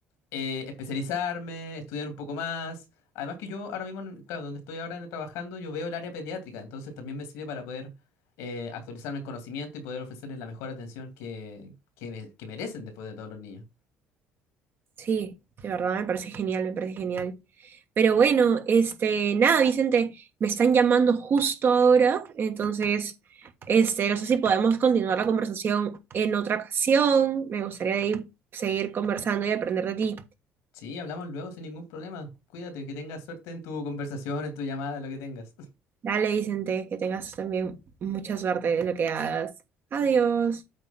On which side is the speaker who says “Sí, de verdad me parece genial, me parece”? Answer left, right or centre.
Right